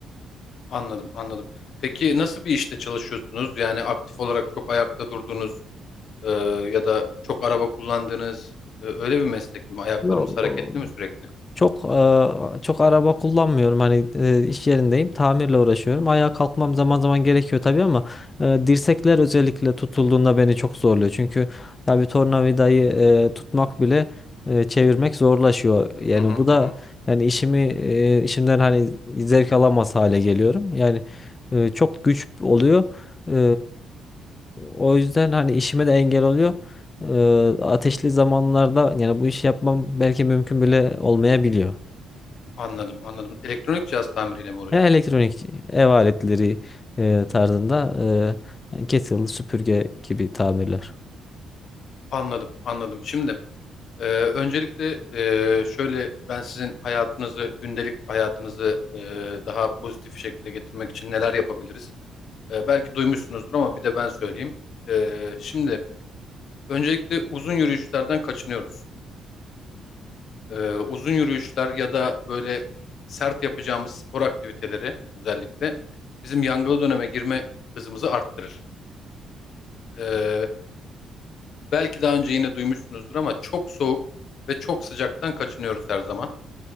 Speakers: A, on the left; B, on the left.
A: Anladım, anladım. Peki nasıl bir işte çalışıyorsunuz? Yani aktif olarak çok ayakta durduğunuz e, ya da çok araba kullandığınız e, öyle bir meslek mi? Ayaklarımız
B: Allah.
A: hareketli mi sürekli?
B: Çok e, çok araba kullanmıyorum. Hani e, iş yerindeyim. Tamirle uğraşıyorum. Ayağa kalkmam zaman zaman gerekiyor tabii ama e, dirsekler özellikle tutulduğunda beni çok zorluyor. Çünkü ya bir tornavidayı e, tutmak bile e, çevirmek zorlaşıyor. Yani
A: Hı hı
B: bu da
A: hı. hı.
B: yani işimi e, işimden hani zevk alamaz hale geliyorum. Yani e, çok güç oluyor. E, o yüzden hani işime de engel oluyor. Eee, ateşli zamanlarda yani bu işi yapmam belki mümkün bile olmayabiliyor.
A: Anladım, anladım. Elektronik cihaz tamiriyle mi uğraşıyorsunuz?
B: Yani elektronik ev aletleri eee, tarzında eee kettle, süpürge gibi tamirler.
A: Anladım, anladım. Şimdi Ee, öncelikle e, şöyle ben sizin hayatınızı, gündelik hayatınızı e, daha pozitif şekilde getirmek için neler yapabiliriz? E, belki duymuşsunuzdur ama bir de ben söyleyeyim. E, şimdi öncelikle uzun yürüyüşlerden kaçınıyoruz. E, uzun yürüyüşler ya da böyle sert yapacağımız spor aktiviteleri özellikle bizim yangılı döneme girme hızımızı arttırır. E, belki daha önce yine duymuşsunuzdur ama çok soğuk ve çok sıcaktan kaçınıyoruz her zaman.